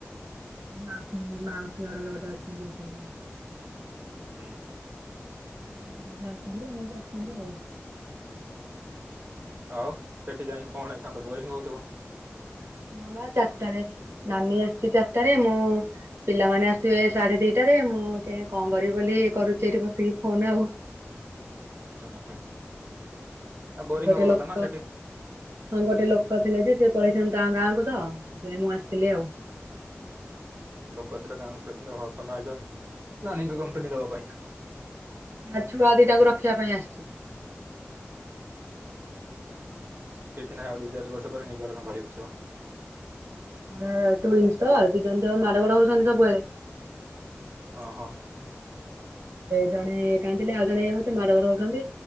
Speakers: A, on the right; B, on the right.
A: ମାଉସ ମାଉସୀ ଘର ବି ଗୋଟେ ଅଛନ୍ତି।
B: ହୁଁ।
A: <unintelligible>
B: ଆଉ ସେଠି ଯାଇକି କଣ ଏଇକ୍ଷିଣା ତ ବୋରିଙ୍ଗ ହଉଥିବ।
A: ହଁ ବା ଚାରିଟାରେ ନାନୀ ଆସିଛି ଚାରିଟାରେ ମୁଁ ପିଲାମାନେ ଆସିବେ। ସାଢେ ଦିଟାରେ ମୁଁ ସେ କଣ କରିବି ବୋଲି କରୁଛି ଏଠି ବସିକି ଫୋନ ଆଉ।
B: ହଁ ହୁଁ। ଆଉ ବୋରିଂ
A: ଗୋଟେ
B: ହବା
A: ଲୋକ
B: କଥା ନା ସେଠି।
A: ହଁ ଗୋଟେ ଲୋକ। ଥିଲେ ଯେ ସେ ପଳେଇଛନ୍ତି ତା ଗାଁକୁ ତ ଯ ମୁଁ ଆସିଥିଲି ଆଉ
B: ଲୋକ ଆଥିଲେ ଗାଁ ପେଇଛନ୍ତି ନାଁ କମ୍ପାନୀ ଦବା ପାଇଁ
A: ତା ଛୁଆ ଦିଟାକୁ ରଖିବା ପାଇଁ ଆସିଛି।
B: ପ ି ନାଇଁ ଆଦ ଦି ଚାର ବର୍ଷ ପରେ ନଜାରା ସମ୍ଭାଳିି ବସ
A: ତ ଦିଇ ଜଣ ତ ମାଡ ଗୋଡ ହଉଛନ୍ତି ସବୁବେଳେ
B: ଓ ହୋ
A: ଜଣେ କାହିଁଥିଲେ ଆଗଇ ହଉଛି ମାଡଘର ହଉଛନ୍ତି